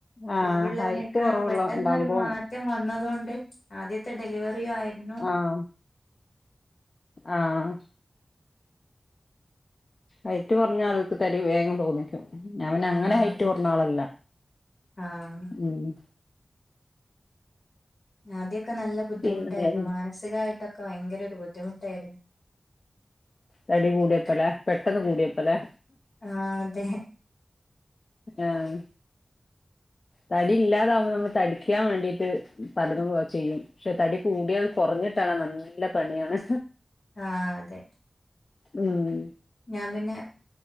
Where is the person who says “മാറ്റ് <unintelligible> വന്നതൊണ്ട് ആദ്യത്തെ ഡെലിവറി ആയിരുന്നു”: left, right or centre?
Left